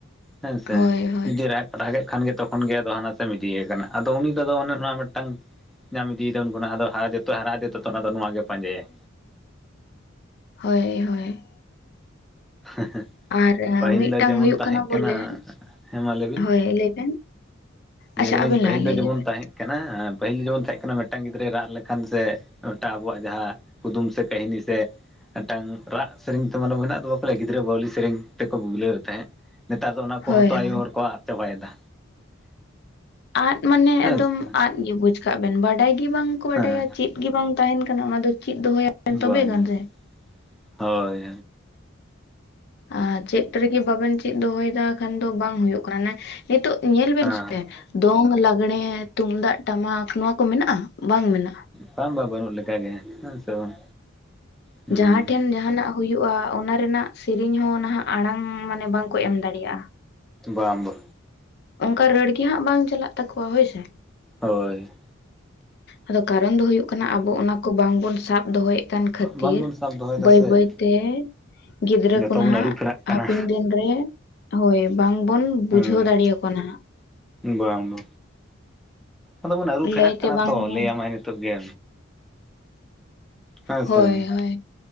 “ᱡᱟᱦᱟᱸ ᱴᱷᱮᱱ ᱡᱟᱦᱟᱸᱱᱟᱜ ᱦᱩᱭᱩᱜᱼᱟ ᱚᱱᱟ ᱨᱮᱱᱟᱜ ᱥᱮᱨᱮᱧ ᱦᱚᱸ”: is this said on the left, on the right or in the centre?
Left